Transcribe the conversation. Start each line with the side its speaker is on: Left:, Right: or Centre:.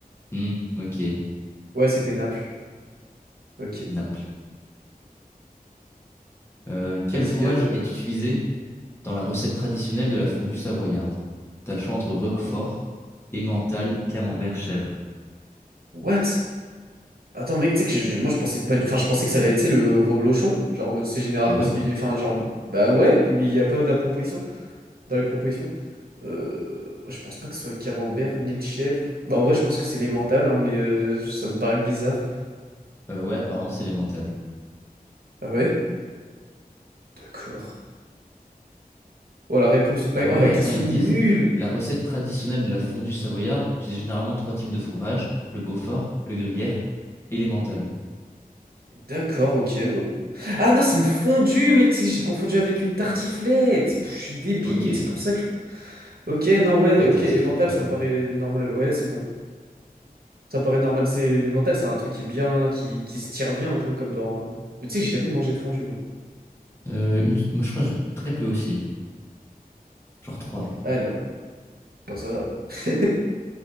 Left: Hmm, ok.
Right: Ouais, c'était Naples. Ok.
Left: Naples. Euh, quel
Right: Vas-y.
Left: fromage
Right: euh,
Left: est utilisé dans la recette traditionnelle de la fondue savoyarde? T'as le choix entre Roquefort,
Right: oh,
Left: Emmental, Camembert, Chèvre.
Right: what? Attends, mec, tu sais que je- moi, je pensais pas du... Enfin, je pensais que ça allait être, tu sais, le reblochon. Genre, en mode, c'est généralement
Left: Ah ouais?
Right: ce qui... Enfin, genre... Bah ouais, mais il n'y a pas de la proposition. Dans les propositions. Euh, je pense pas que ce soit le camembert, ni le chèvre. Bah, en vrai, je pense que c'est les mentales, hein, mais euh, ça me paraît bizarre.
Left: Euh, ouais, apparemment c'est l'Emmental.
Right: Ah ouais? D'accord. Oh, la réponse.
Left: Ah
Right: la-
Left: ouais,
Right: Oh, la
Left: attends,
Right: question
Left: ils
Right: nulle!
Left: disent la recette traditionnelle de la fondue savoyarde utilise généralement trois types de fromage, le Beaufort, le gruyère et l'emmental.
Right: D'accord, ok. bah. Ah non, c'est une fondue, mec! tu sais, J'ai confondu avec une tartiflette! Pff, Je suis débile,
Left: Ok,
Right: c'est pour ça que. Ok, non, ouais,
Left: ouais,
Right: ok.
Left: tartif,
Right: Et mental,
Left: ouais.
Right: ça me paraît normal. Ouais, c'est bon. Ça me paraît normal. C'est... Le mental, c'est un truc qui est bien, qui... qui se tire bien un peu comme dans. Mais tu sais, que j'ai jamais mangé de fondue, moi.
Left: Euh, une... Moi, je crois que je- très peu aussi, genre trois.
Right: Alors, bon, ça va. <laughs>